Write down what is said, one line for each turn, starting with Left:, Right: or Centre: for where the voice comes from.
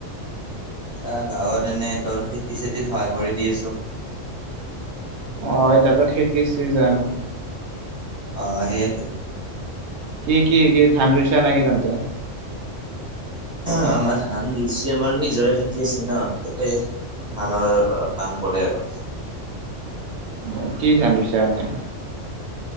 Centre: অ', গাঁৱত এনে তোৰ খেতি চেতিত সহায় কৰি দি আছোঁ।
Right: অ', এতিয়াতো খেতিৰ চিজন।
Centre: অ', সেইয়েটো।
Right: কি কি কি? ধান ৰুইচা নাকি তাতে?
Centre: আমাৰ ধান লুচি আমাৰ নিজৰে খেতি আছে ন তাতে আনৰ কাম কৰে আৰু।
Right: অ', কি ধান ৰুইছা এনে?